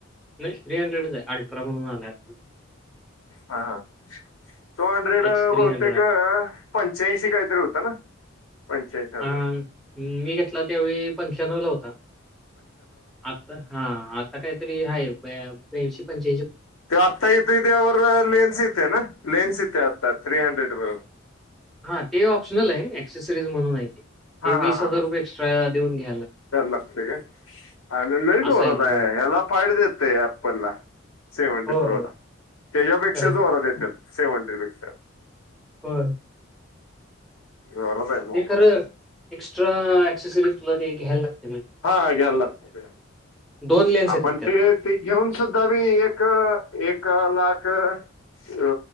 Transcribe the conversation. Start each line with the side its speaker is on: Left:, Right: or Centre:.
Centre: नाही थ्री हंड्रेडच आहे अल्ट्रा म्हणून आलय
Left: हा हा तो हंड्रेड
Centre: एक्स थ्री
Left: बहुतेक
Centre: हंड्रेड
Left: पंच्याऐंशी काय ला होता ना पंच्याऐंशी हजार
Centre: ह मी घेतला त्यावेळी पंच्यानऊ ला होता <inaudible> आता हा आता काहीतरी आहे ब्याऐशी पंच्यानो
Left: ते आत्ता येत त्यावर लेन्स येते ना लेन्स येते आत्ता थ्री हंड्रेड बरोबर
Centre: हा ते ऑप्शनल आहे ऍक्सेसरीज म्हणून आहे ते
Left: हा
Centre: वीस
Left: हा हा
Centre: हजार
Left: हा
Centre: रुपये एक्स्ट्रा देऊन घ
Left: लागते का आ लई जोरात
Centre: असं हो
Left: आहे याला फाईल देेत एप्पल ला सेव्हनथ्री
Centre: हो
Left: प्रोला
Centre: हो
Left: त्याच्यापेक्षा
Centre: करेक्ट
Left: जोरात येतात सेवन थ्रीपेक्षा
Centre: हो
Left: जोरात आहे मोबाईल
Centre: खरं एक्स्ट्रा एक्सेसरी तुला ते घ्यायला लागतंय
Left: हा घ्यायला लागतंय
Centre: दोन लेन्स
Left: आपण
Centre: येतात त्यात
Left: ते ते घेऊन सुद्धा मी एक एक एक लाख अ